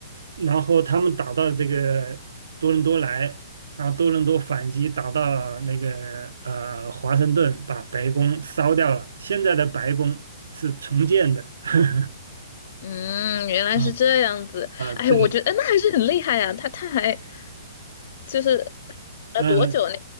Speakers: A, on the right (about 75°); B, on the left (about 50°).
A: 然后他们打到这个多伦多来，然后多伦多反击打到了那个呃华盛顿，把白宫烧掉了。现在的白宫是重建的，<laughs>
B: 嗯，原来是这样子。
A: 嗯啊，
B: 哎，
A: 对，
B: 我觉得哎那还是很厉害呀、他他还就是呃多久呢？
A: 嗯、